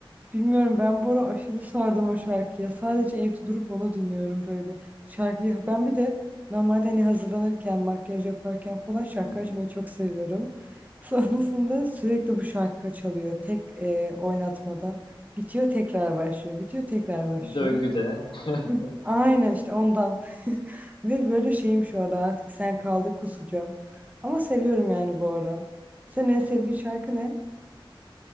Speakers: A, on the right; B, on the left.
A: Bilmiyorum ben bu ara aşırı sardım o şarkıya. Sadece evde durup onu dinliyorum böyle. Şarkıyı ben bir de normalde hani hazırlanırken, makyaj yaparken falan şarkı
B: Hı hı,
A: açmayı çok seviyorum. <laughs> Sonrasında
B: hı hı.
A: sürekli bu şarkı çalıyor. Tek e, oynatmada. Bitiyor tekrar başlıyor. Bitiyor tekrar başlıyor.
B: Döngüde. <laughs>
A: Hı, aynen işte ondan. <laughs> Ve böyle şeyim şu ara artık sen kaldın kusacağım. Ama seviyorum yani bu ara. Senin en sevdiğin şarkı ne?